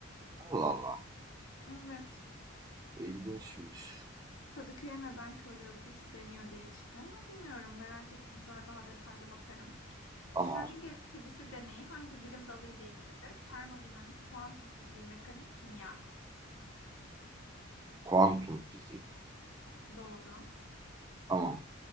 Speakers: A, on the right (about 20°); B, on the left (about 80°).
A: Allah Allah.
B: Evet.
A: İlginçmiş.
B: Kadıköy'e neden körler ülkesi deniyor diye çıkıyor ama bilmiyorum merak ettim. Sonra daha detaylı bakarım.
A: Tamam.
B: Schrödinger kedisi deneyi hangi bilim dalı ile ilgilidir? Termodinamik, kuantum fiziği, mekanik, kimya.
A: Kuantum fiziği.
B: Doğru.
A: Tamam.